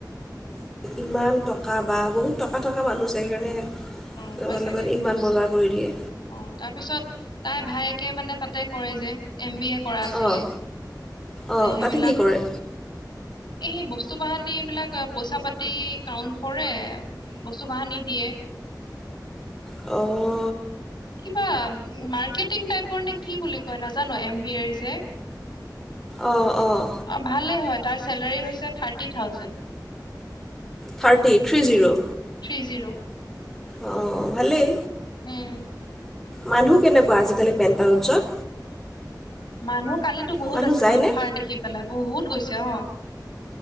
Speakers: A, in the centre; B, on the left.
A: ইমান টকা বা বহুত টকা থকা মানুহ আছে সেইকাৰণে।
B: অ
A: লগত
B: হয় চাগে
A: লগত ইমান বজাৰ কৰি দিয়ে।
B: অ', তাৰপিছত, তাই ভায়েকে মানে তাতে কৰে যে, এম বি এ। কৰা আছিলে,
A: অঁ অঁ
B: তে সেইবিলাক
A: তাতে কি কৰে
B: এই সি বস্তু বাহানী এই বিলাক পইচা পাতি কাউন্ট কৰে, বস্তু বাহানি দিয়ে।
A: অ'।
B: কিবা, মাৰ্কেটিং টাইপৰ নে কি বুলি কয়, নাজানো এম বি এৰ যে।
A: অ'-অ'।
B: অ', ভালেই হয়, তাৰ চেলাৰী হৈছে thirty thousand.
A: Thirty, three zero?
B: Three zero.
A: অ', ভালেই।
B: উম।
A: মানুহ কেনেকুৱা আজিকালি পেণ্টালুঞ্চত?
B: মানুহ কালিতো বহুত
A: মানুহ
B: আছিলে
A: যায়নে
B: অফাৰ দেখি পেলাই, বহুত গৈছে অ'।